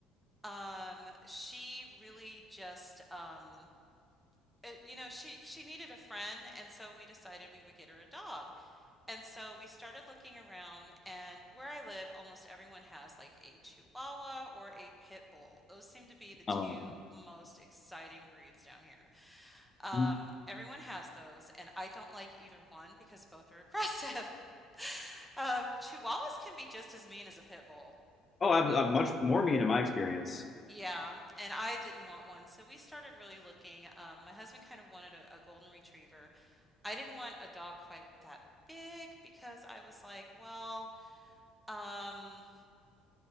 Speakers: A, in the centre; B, on the left.
A: um, she really just um, it, you know, she she needed a friend, and so we decided we would get her a dog. And so we started looking around, and where I live, almost everyone has like a Chihuahua or a Pit Bull. Those seem to be the two
B: Um,
A: most exciting breeds down here. Um,
B: oh,
A: everyone has those, and I don't like either one because both are aggressive. <laughs> Um, Chihuahuas can be just as mean as a Pit Bull.
B: I'm, I'm much more mean in my experience.
A: Yeah, and I didn't want one, so we started really looking. Um, my husband kind of wanted a, a golden retriever. I didn't want a dog quite that big because I was like, well, um,